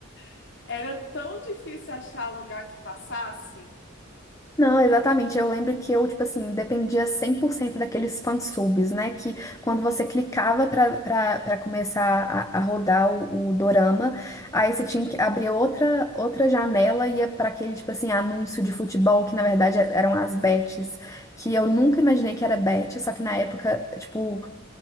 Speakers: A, on the left; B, on the left.
A: <laughs> era tão difícil achar lugar que passasse.
B: Não, exatamente. Eu lembro que eu, tipo assim, dependia 100% daqueles fansubs, né? Que quando você clicava pra, pra, pra começar a, a rodar o, o dorama, aí você tinha que abrir outra, outra janela e ia pra aquele, tipo assim, anúncio de futebol, que na verdade eram as bets, que eu nunca imaginei que era bet, só que na época, tipo,